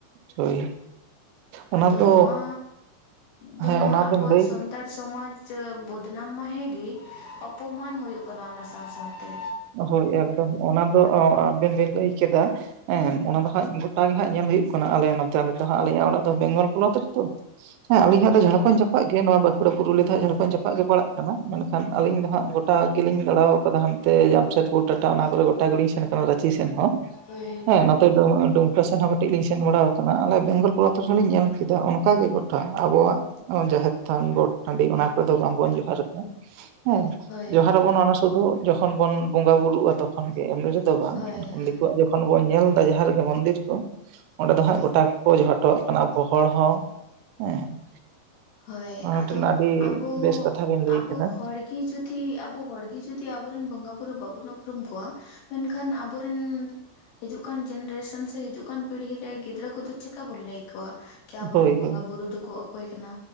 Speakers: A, on the right; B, on the left.
A: ᱦᱳᱭ ᱚᱱᱟ
B: ᱟᱫᱚ
A: ᱫᱚ
B: ᱱᱚᱣᱟ ᱫᱚ
A: ᱦᱮᱸ
B: ᱱᱟᱦᱜ
A: ᱚᱱᱟ
B: ᱟᱵᱚᱣᱟᱜ
A: ᱵᱮᱱ ᱞᱟᱹᱭ
B: ᱥᱚᱱ ᱥᱟᱱᱛᱟᱲ ᱥᱚᱢᱟᱡᱽ ᱵᱚᱫᱱᱟᱢ ᱢᱟ ᱦᱮᱸ ᱜᱮ ᱚᱯᱚᱢᱟᱱ ᱦᱩᱭᱩᱜ ᱠᱟᱱᱟ ᱚᱱᱟ ᱥᱟᱶ ᱥᱟᱶ ᱛᱮ
A: ᱦᱳᱭ ᱮᱠᱫᱚᱢ ᱚᱱᱟ ᱫᱚ ᱟᱵᱤᱱ ᱵᱤᱱ ᱞᱟᱹᱭ ᱠᱮᱫᱟ ᱦᱮᱸ ᱚᱱᱟ ᱫᱚ ᱦᱟᱸᱜ ᱜᱚᱴᱟ ᱜᱮ ᱦᱟᱸᱜ ᱧᱮᱞ ᱦᱩᱭᱩᱜ ᱠᱟᱱᱟ ᱟᱞᱮ ᱱᱚᱛᱮ ᱨᱮᱫᱚ ᱦᱟᱸᱜ ᱟᱞᱤᱧᱟᱜ ᱚᱲᱟᱜ ᱫᱚ ᱵᱮᱝᱜᱚᱞ ᱯᱚᱱᱚᱛ ᱨᱮᱛᱚ ᱦᱮᱸ ᱟᱞᱤᱧᱟᱜ
B: ᱦᱳᱭ
A: ᱡᱷᱟᱲᱠᱚᱱ ᱡᱟᱯᱟᱜ ᱜᱮ ᱱᱚᱣᱟ ᱵᱟᱸᱠᱩᱲᱟ ᱯᱩᱨᱩᱞᱤᱭᱟᱹ ᱫᱚ ᱦᱟᱸᱜ ᱡᱷᱟᱲᱠᱚᱱ ᱡᱚᱯᱟᱜ ᱜᱮ ᱯᱟᱲᱟᱜ ᱠᱟᱱᱟ ᱢᱮᱱᱠᱷᱟᱱ ᱟᱞᱤᱧ ᱫᱚ ᱦᱟᱸᱜ ᱜᱚᱴᱟ ᱜᱮᱞᱤᱧ ᱫᱟᱸᱲᱟᱣ ᱠᱟᱫᱟ ᱦᱟᱱᱛᱮ ᱡᱟᱢᱥᱮᱫᱯᱩᱨ ᱴᱟᱴᱟ ᱚᱱᱟ ᱠᱚᱨᱮ ᱜᱚᱴᱟ ᱜᱮᱞᱤᱧ ᱥᱮᱱ ᱟᱠᱟᱱᱟ ᱨᱟᱸᱪᱤ ᱥᱮᱱ ᱦᱚᱸ
B: ᱦᱳᱭ
A: ᱦᱮᱸ ᱱᱚᱛᱮ ᱫᱩ ᱰᱩᱢᱠᱟ ᱥᱮᱱ ᱦᱚᱸ ᱠᱟᱹᱴᱤᱡ ᱞᱤᱧ ᱥᱮᱱ ᱵᱟᱲᱟ ᱟᱠᱟᱱᱟ ᱟᱞᱮ ᱵᱮᱝᱜᱚᱞ ᱯᱚᱱᱚᱛ ᱨᱮᱦᱚᱸ ᱞᱤᱧ ᱧᱮᱞ ᱠᱮᱫᱟ ᱚᱱᱠᱟ ᱜᱮ ᱟᱵᱚᱣᱟᱜ ᱡᱟᱦᱮᱨ ᱛᱷᱟᱱ ᱜᱚᱴ ᱴᱟᱸᱰᱤ ᱚᱱᱟ ᱠᱚᱨᱮ ᱫᱚ ᱵᱟᱝ ᱵᱚᱱ ᱡᱚᱦᱟᱨ ᱮᱫᱟ ᱦᱮᱸ
B: ᱦᱳᱭ
A: ᱡᱚᱦᱟᱨ ᱟᱵᱚᱱ ᱚᱱᱟ ᱥᱩᱫᱩ ᱡᱚᱠᱷᱚᱱ ᱵᱚᱱ ᱵᱚᱸᱜᱟ ᱵᱩᱨᱩᱜᱼᱟ ᱛᱚᱠᱷᱚᱱ ᱜᱮ, ᱮᱢᱱᱤ ᱨᱮᱫᱚ ᱫᱚ ᱵᱟᱝ
B: ᱦᱳᱭ
A: <unintelligible>
B: ᱦᱳᱭ
A: ᱫᱤᱠᱩᱣᱟᱜ ᱜᱮ ᱡᱚᱠᱷᱚᱱ ᱵᱚᱱ ᱧᱮᱞᱫᱟ ᱡᱟᱦᱟᱸ ᱨᱮᱜᱮ ᱢᱚᱱᱫᱤᱨ ᱠᱚ ᱚᱸᱰᱮ ᱫᱚ ᱦᱟᱸᱜ ᱜᱚᱴᱟ ᱜᱮᱠᱚ ᱡᱚᱦᱟᱨ ᱡᱚᱴᱚ ᱠᱟᱜ ᱠᱟᱱᱟ ᱟᱵᱚ ᱦᱚᱲ ᱦᱚᱸ ᱦᱮᱸ
B: ᱦᱳᱭ
A: ᱚᱱᱟ ᱢᱤᱫᱴᱮᱱ
B: ᱟᱫᱚ
A: ᱟᱹᱰᱤ
B: ᱟᱵᱚ
A: ᱵᱮᱥ ᱠᱟᱛᱷᱟ ᱵᱮᱱ ᱞᱟᱹᱭ
B: ᱟᱵᱚ
A: ᱠᱮᱫᱟ
B: ᱦᱚᱲ ᱜᱮ ᱡᱩᱫᱤ ᱟᱵᱚ ᱦᱚᱲ ᱜᱤ ᱡᱩᱫᱤ ᱟᱵᱚ ᱨᱮᱱ ᱵᱚᱸᱜᱟ ᱵᱩᱨᱩ ᱵᱟᱵᱚᱱ ᱩᱯᱨᱩᱢ ᱠᱚᱣᱟ ᱢᱮᱱᱠᱷᱟᱱ ᱟᱵᱚᱨ ᱨᱮᱱ ᱦᱤᱡᱩᱜ ᱠᱟᱱ ᱡᱮᱱᱨᱮᱥᱚᱱ ᱥᱮ ᱦᱤᱡᱩᱜ ᱠᱟᱱ ᱯᱤᱲᱦᱤ ᱨᱮ ᱜᱤᱫᱽᱨᱟᱹ ᱠᱚᱫᱚ ᱪᱮᱠᱟ ᱵᱚᱱ ᱞᱟᱹᱭ ᱟᱠᱚᱣᱟ ᱠᱤ ᱟᱵᱚ
A: ᱦᱳᱭ
B: ᱨᱮᱱ ᱵᱚᱸᱜᱟ
A: ᱦᱳᱭ
B: ᱵᱩᱨᱩ ᱫᱚᱠᱚ ᱚᱠᱚᱭ ᱠᱟᱱᱟ